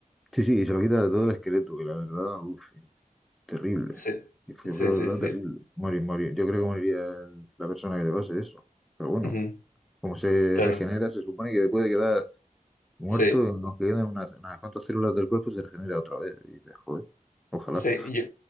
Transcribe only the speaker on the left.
Sí,
sí,
sí, sí.
Ujú,
Claro.
Sí,
sí, yo-